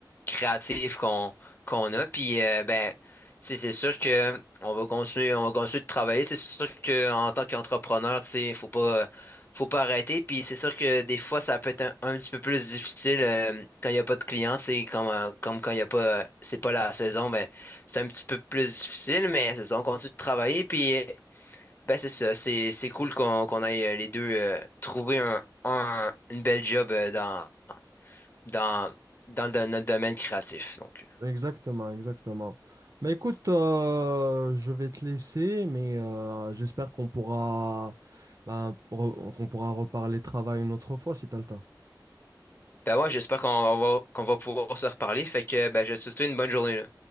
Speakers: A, on the left (about 30°); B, on the right (about 50°).
A: créative qu'on qu'on a. Puis, euh, ben, tu sais, c'est sûr que on va continuer, on va continuer de travailler. Tu sais, C'est sûr qu'en tant qu'entrepreneur, tu sais, faut pas, euh, faut pas arrêter. Puis, c'est sûr que des fois, ça peut être un, un petit peu plus difficile euh, quand il n'y a pas de clients. Tu sais, comme, euh, comme quand il n'y a pas, euh, c'est pas la saison, ben, c'est un petit peu plus difficile, mais c'est ça, on continue de travailler. Puis, ben c'est ça, c'est c'est cool qu'on qu'on aille euh, les deux euh, trouver un, un- une belle job euh, dans dans dans le- notre domaine créatif. Donc
B: Exactement, exactement. Mais écoute, euh, je vais te laisser, mais euh, j'espère qu'on pourra, bah, re- qu'on pourra reparler travail une autre fois si t'as le temps.
A: ben ouais, j'espère qu'on va qu'on va pouvoir se reparler. Fait que ben je te souhaite une bonne journée là.